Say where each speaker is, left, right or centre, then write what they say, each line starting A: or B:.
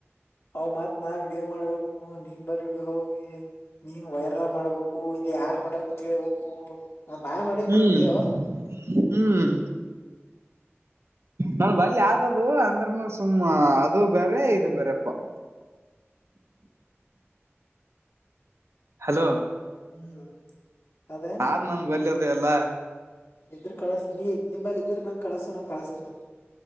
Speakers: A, on the left (about 75°); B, on the right (about 70°).
A: ಅವ ಮತ್ ನಾ ವಿಡಿಯೋ ಮಾಡ್ಬೇಕು ನೀನ್ ಬರ ವಿಡಿಯೋ ಹೋಗಿ ನೀನ್ ವೈರಲ್ ಮಾಡ್ಬೇಕು. ಯಾರ <unintelligible> ಕೇಳ್ಬೇಕು ನಾ ಮಾಡಿದ್
B: ಹ್ಮ್
A: ಬಿಡ ವಿಡಿಯೋ
B: ಹ್ಮ್ ನಾನ <unintelligible> ಯಾವ್ದದು ಅಂದ್ರನು ಸುಮ್ಮ ಅದು ಬೇರೆ ಇದು ಬೇರೆಪ್ಪ. <inaudible> ಹಲೋ
A: ಹ್ಮ್ ಅದೇನ
B: ಆದ್ ನನ್ <unintelligible> ಅಲ್ಲ
A: ಇದ್ರ ಕಳಸ ನೀ ನಿಂಬಲ್ ಇದ್ರ ನಂಗೆ ಕಳಸೋನ ಕಳಸ್ತಿನ್ ಅ